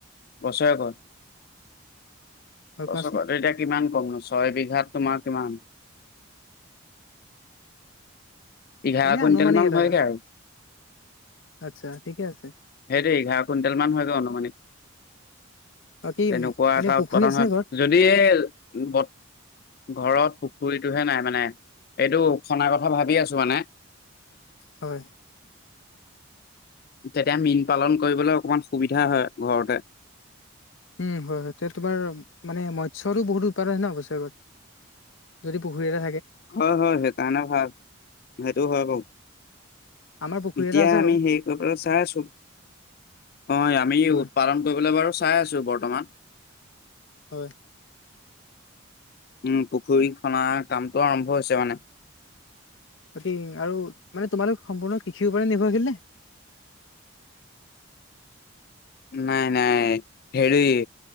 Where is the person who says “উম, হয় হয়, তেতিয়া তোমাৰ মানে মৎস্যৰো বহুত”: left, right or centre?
Left